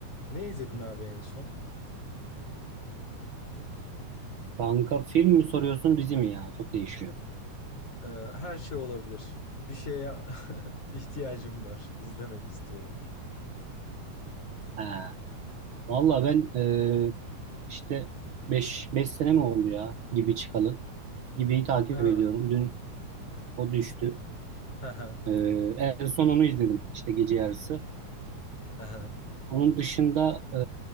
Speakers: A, on the left; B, on the right.
A: Ne izledin abi en son?
B: Kanka film mi soruyorsun dizi mi ya? Çok değişiyor.
A: Ee, her şey olabilir. Bir şeye <laughs> ihtiyacım var. İzlemek istiyorum.
B: Ha. Valla ben e, işte beş beş sene mi oldu ya gibi çıkalı. Gibi'yi takip
A: Ha,
B: ediyorum. Dün o düştü.
A: ha, ha,
B: E, en son onu izledim işte gece yarısı.
A: ha.
B: Onun dışında e,